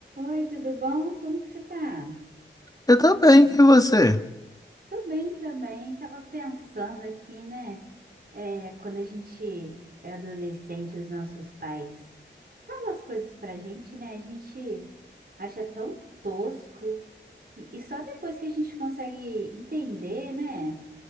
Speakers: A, on the right (about 50°); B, on the left (about 20°).
A: Oi, tudo bom? Como que você tá?
B: Eu também, e você?
A: Tô bem também. Tava pensando aqui, né? É, quando a gente é adolescente, os nossos pais falam as coisas pra gente, né? A gente acha tão tosco. E só depois que a gente consegue entender, né?